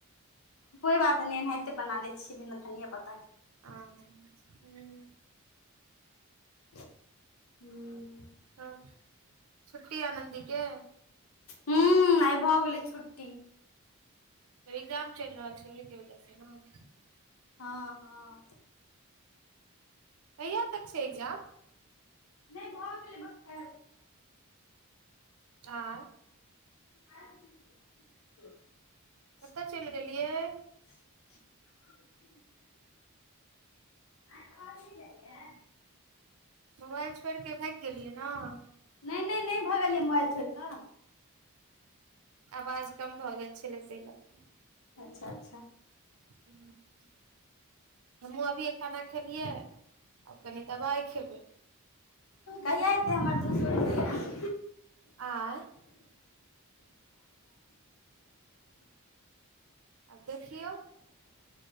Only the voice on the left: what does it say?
कोइ बात नइ, एनाहिते बना लै छियै बिना धनिंये पत्ता
<unintelligible> हूं-
हूं आइ भऽ गेलै छुट्टी।
हँ - हँ।
नइ भ गेलै गप कैल।
<inaudible>
<unintelligible>
नै-नै-नै भगलिये मोबाइल छोइर क-
अच्छा - अच्छा।
कहिआ एतै हमर दू सौ रूपया?